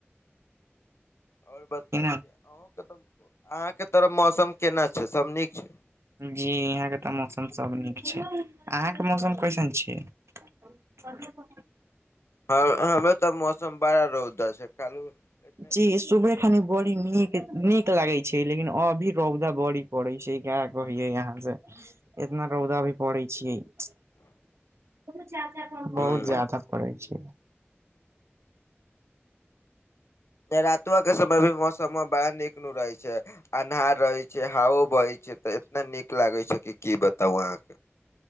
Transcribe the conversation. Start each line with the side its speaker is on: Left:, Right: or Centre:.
Left: और बताय
Right: कि न
Left: छै? अहुं के तऽ अहाँ के तरफ मौसम केना छै? सब नीक छै?
Right: जी यीहाँ के तऽ मौसम सब नीक छै। आहाँ के मौसम कइसन छैय? <inaudible>
Left: हंऽ हमर तऽ मौसम बड़ा रौदा छै, कालू एतना
Right: जी
Left: नीक
Right: सुबे
Left: मौसम
Right: खानी
Left: रहै
Right: बॉड़ नीक
Left: छै
Right: -नीक लागै छै, लेकिन अभी रौदा बड़ी पड़ै छै क्या कहियै आहाँ से? इतना रौदा भी पड़ै छियै। <inaudible> बहुत
Left: हूँ
Right: ज्यादा पड़ै छियै।
Left: रातुवा के समय भी मौसम मे बाहर नीकनू रहै छैय। अन्हार रहै छै, हावो बहै छै, तऽ एतना नीक लागे छै कि बताउ आहाँके?